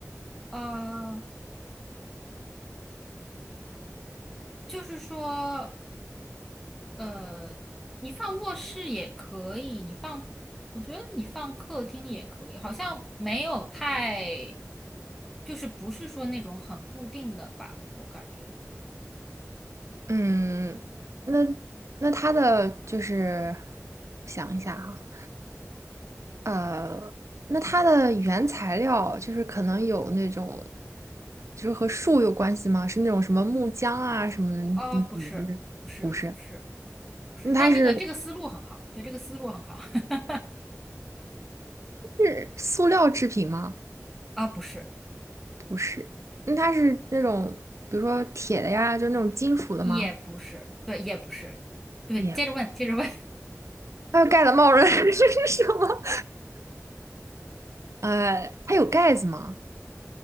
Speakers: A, in the centre; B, on the right.
A: 呃，就是说，呃，你放卧室也可以，你放，我觉得你放客厅也可以，好像没有太，就是不是说那种很固定的吧，我感觉，
B: 嗯，那那它的就是想一下哈，呃，那它的原材料就是可能有那种，就是和树有关系吗？是那种什么木浆啊什么的？
A: 啊，
B: 你你就是不是？
A: 不是，不是，不是，不是，
B: 那它是
A: 但这个这个思路很好，对，这个思路很好，<laughs>
B: 是塑料制品吗？
A: 啊，不是。
B: 不是。那它是那种比如说铁的呀，就那种金属的吗？
A: 也不是，对，也不是，对，
B: 也，
A: 接着问，接着问，
B: 它盖的帽子 <laughs> 这是什么？呃，它有盖子吗？